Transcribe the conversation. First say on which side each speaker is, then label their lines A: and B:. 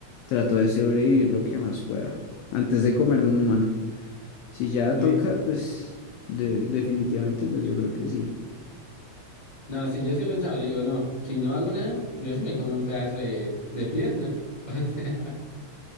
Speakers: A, on the left; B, on the left.
A: trato de sobrevivir lo que más pueda antes de comerme un humano. Si ya
B: Uy.
A: toca, pues de- definitivamente, pues yo creo que sí.
B: No, sí, yo sí he pensado, yo digo, no, si no hago nada, yo sí me como un pedazo de, de pierna. <laughs> O sea,